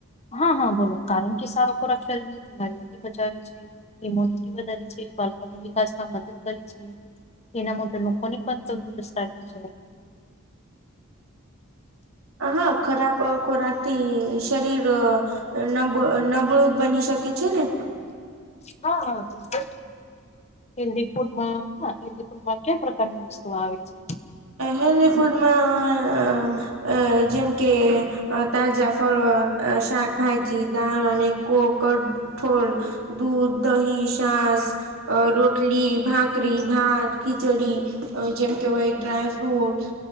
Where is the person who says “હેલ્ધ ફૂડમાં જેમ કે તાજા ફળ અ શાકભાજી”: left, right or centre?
Right